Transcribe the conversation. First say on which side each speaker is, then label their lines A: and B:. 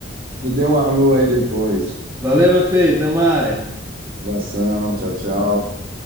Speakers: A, on the right; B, on the right.
A: me dê um alô aí depois.
B: Valeu, meu filho. Até mais.
A: Abração, tchau, tchau.